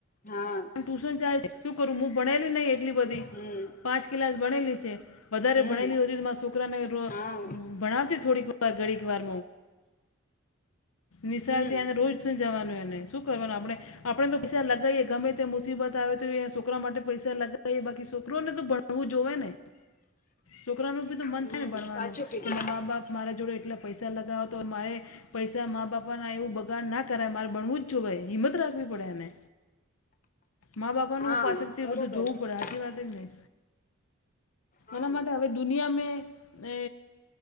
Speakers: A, on the left; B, on the left.
A: હા
B: ટુશન ચા શું કરું? ભણેલી નહી એટલી બધી
A: હમ
B: પાંચ ક્લાસ ભણેલી છે. વધારે
A: હમ
B: ભણેલી હોતીમાં છોકરાને ર
A: હા
B: ભણાવતી થોડીકવા ઘડીક વાર નિશાળથી
A: હમ
B: આવીને રોજ ટુશન જવાનું એને શું કરવાનું? આપણે આપણે તો પિસા લગાવએ ગમે‌ તે મુસીબત આવે તો છોરા માટે પૈસા લગાવ બાકી છોકરોને તો ભણ હું જોવે ને છોકરા ન બી તો મન
A: હમ
B: થાય ને ભણવાનું
A: સાચું કીધું
B: કે મા બાપ મારા જોડે એટલા પૈસા લગાવ તો મારે પૈસા મા બાપા ના એવું બ ગાર ના કરાય મારે ભણવું જ જોઈ હિંમત રાખવી પડે એને. મા બાપાનું
A: હા
B: પાછળથી
A: બરોબર
B: બધું જોવું પડે, સાચી
A: છે
B: વાત જ નહી
A: હા
B: એના માટે હવે દુનિયા મે એ